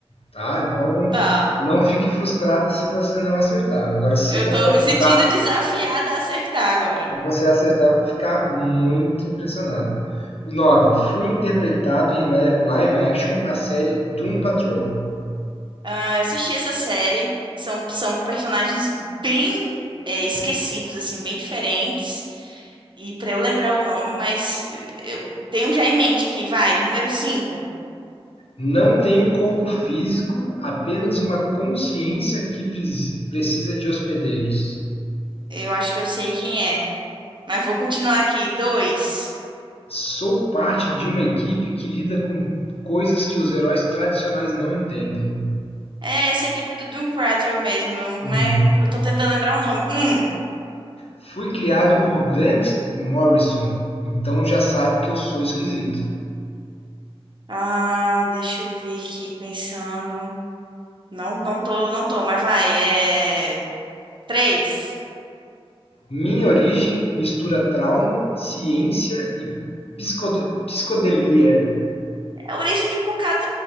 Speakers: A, on the left; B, on the right.
A: tá? Então,
B: Tá.
A: não fique frustrado se você não acertar. Agora, se
B: Eu
A: você
B: tô
A: acertar,
B: me sentindo desafiada a acertar agora.
A: Se você acertar, eu vou ficar muito impressionado. 9. Fui interpretado em live action na série Doom Patrol.
B: Ah, eu assisti essa série. São, são personagens bem é, esquecidos, assim, bem diferentes. E pra eu lembrar o nome, mas eh, eu tenho já em mente aqui, vai. Número 5.
A: Não tenho corpo físico, apenas uma consciência que precisa de hospedeiros.
B: Eu acho que eu sei quem é. Mas vou continuar aqui. Dois.
A: Sou parte de uma equipe que lida com coisas que os heróis tradicionais não entendem.
B: É essa equipe do Doom Patrol mesmo.
A: Uhum.
B: Mas eu tô tentando lembrar o nome. Um.
A: Fui criado por Grant Morrison, então já sabe que eu sou esquisito.
B: Ah, deixa eu ver aqui, pensando. Não, não tô, não tô, mas vai. É. Três.
A: Minha origem mistura trauma, ciência e psicod- psicodelia.
B: é a origem de um bocado